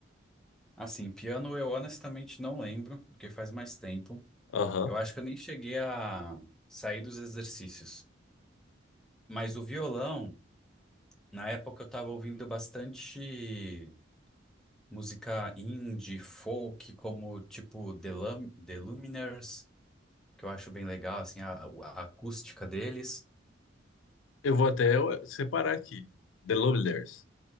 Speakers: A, in the centre; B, on the left (about 70°).
A: Assim, piano eu honestamente não lembro, porque faz mais tempo.
B: Aham.
A: Eu acho que eu nem cheguei a sair dos exercícios. Mas o violão, na época eu tava ouvindo bastante música indie, folk, como tipo The Lum- The Lumineers, que eu acho bem legal, assim, a a acústica deles.
B: Eu vou até eh, separar aqui. The Lumineers.